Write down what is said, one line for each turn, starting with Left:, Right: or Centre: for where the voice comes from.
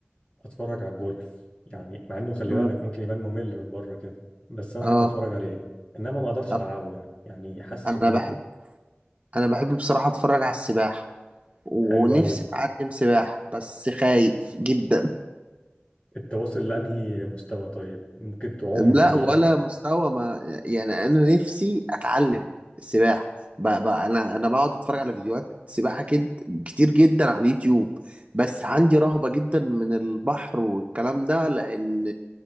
Left: اتفرج على الجولف يعني مع انه خلي
Right: مم.
Left: بالك ممكن يبان ممل من بره كده بس انا
Right: اه
Left: احب اتفرج عليه انما ما اقدرش
Right: طب
Left: العبه يعني يعني حاسه
Right: انا بحب انا بحب بصراحة اتفرج على السباحة ونفسي
Left: حلو قوي دي
Right: اتعلم سباحة بس خايف جدا
Left: انت واصل لانهي مستوى طيب ممكن تعوم
Right: لا
Left: يعني
Right: ولا
Left: لو
Right: مستوى ما يعني انا نفسي اتعلم السباحه بقى بقى انا انا بقعد اتفرج على فيديوهات سباحه كد كتير جدا على اليوتيوب بس عندي رهبه جدا من البحر والكلام ده لان